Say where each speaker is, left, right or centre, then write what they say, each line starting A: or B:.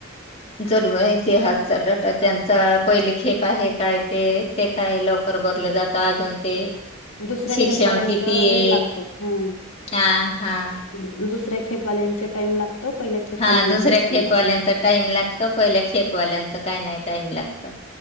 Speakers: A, on the left (about 30°); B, on the left (about 85°).
A: जर ब इतिहासचा डाटा त्यांचा पहिले खेप आहे काय ते ते काय लवकर बरलं जातं अजून ते
B: दुसऱ्या
A: शिक्षण
B: खेपवाल्यांचं
A: किती?
B: वेळ लागतो हम्म
A: हा हा
B: <unintelligible> दुसऱ्या खेपवाल्यांचा टाइम लागतो पहिल्या खेपवाल्यांना
A: हा दुसऱ्या
B: टाइम
A: खेपवाल्यांचा
B: लागतो
A: टाइम लागतो, पहिल्या खेपवाल्यांच काही नाही टाईम लागत